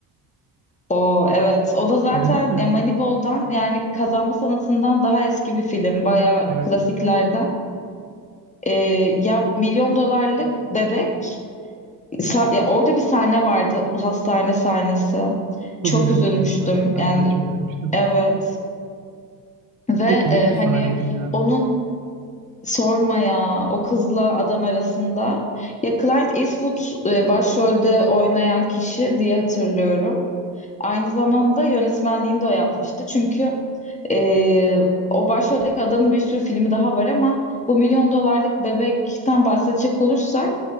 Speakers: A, on the left; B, on the right.
A: O evet o da zaten
B: İzledin mi?
A: e, Moneyball'dan yani kazanma sanatından daha eski bir film bayağı
B: Evet.
A: klasiklerden. E, ya milyon dolarlık bebek sa- ya orada bir sahne vardı hastane sahnesi.
B: Çok
A: Çok
B: üzülmüştüm
A: üzülmüştüm
B: aslında. Ben
A: yani
B: de çok üzülmüştüm.
A: evet ve
B: Çok üzücü
A: e,
B: bir sahneydi
A: hani
B: ya.
A: onun sorma ya o kızla adam arasında ya Clint Eastwood e, başrolde oynayan kişi diye hatırlıyorum. Aynı zamanda yönetmenliğini de o yapmıştı çünkü Ee, o başroldeki adamın bir sürü filmi daha var ama bu milyon dolarlık bebekten bahsedecek olursak